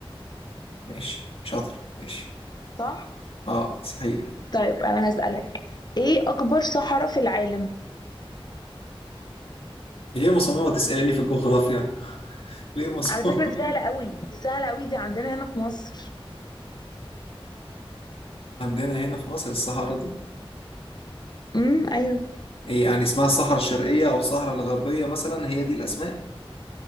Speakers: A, on the left; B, on the left.
A: ماشي شاطر ماشي
B: صح
A: أه صحيح
B: طيب انا هسألك ايه اكبر صحراء في العالم
A: ليه مصممة تسألني في الجغرافيا <laughs> ليه مصممة
B: على فكرة دي سهلة قوي دي سهلة قوي دي عندنا هنا في مصر
A: عندنا هنا في مصر الصحراء دي
B: امم ايوه
A: إيه يعني اسمها الصحراء الشرقية أو الصحراء الغربية مثلا هي دي الأسماء